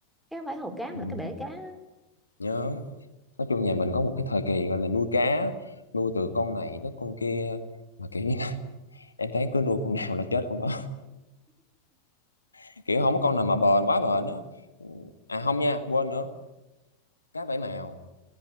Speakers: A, in the centre; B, on the left.
A: cái không phải hồ cá mà
B: Ừ.
A: là cái bể cá
B: nhớ nói chung nhà mình có một cái thời kỳ gọi là nuôi cá nuôi từ con này tới con kia mà kiểu như <laughs> em thấy cứ nuôi con nào là chết con đó <laughs> kiểu không có con nào mà bền quá bền á Ừ, à không nha quên nữa cá bảy màu